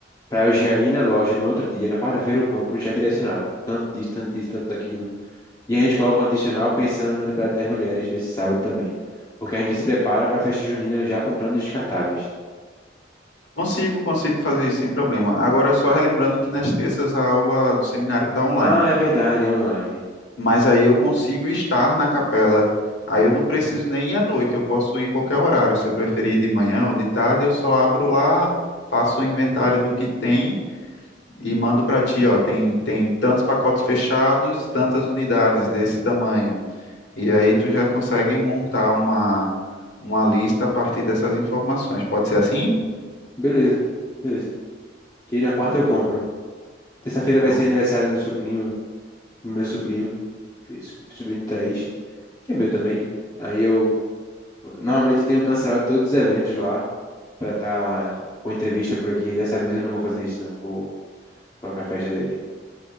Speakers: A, on the left; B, on the left.
A: Pra eu já ir na loja no outro dia, na quarta-feira eu compro já direcionado. Tanto disso, tanto disso, tanto daquilo. E a gente coloca um adicional pensando na atividade das mulheres desse sábado também. Porque a gente se prepara pra festa junina já comprando os descartáveis.
B: Consigo, consigo fazer isso sem problema. Agora, só relembrando que nas terças a aula do seminário está online.
A: Ah, é verdade, é online.
B: mas aí eu consigo estar na capela. Aí eu não preciso nem ir à noite, eu posso ir qualquer horário. Se eu preferir ir de manhã ou de tarde, eu só abro lá, faço o inventário do que tem e mando para ti, ó, tem tem tantos pacotes fechados, tantas unidades desse tamanho. E aí tu já consegue montar uma uma lista a partir dessas informações. Pode ser assim?
A: Beleza,
B: Que-
A: beleza. Que aí na
B: Pronto,
A: quarta eu compro. Terça-feira
B: pronto.
A: vai ser aniversário do sobrinho, do meu sobrinho, fi- sobrinho de Thaís, que é meu também. Aí eu normalmente eu tenho cancelado todos os eventos lá pra estar com entrevista por aqui. E dessa vez eu não vou fazer isso, não. Vou vou pra festa dele.